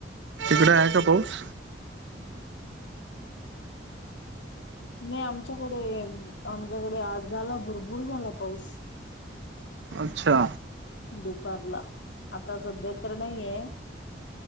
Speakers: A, on the right; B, on the left.
A: तिकडे आहे का पाऊस.
B: नाही आमच्याकडे आमच्याकडे आज झाला भरपूर झाला पाऊस.
A: अच्छा.
B: दुपारला आता सध्या तर नाहीये.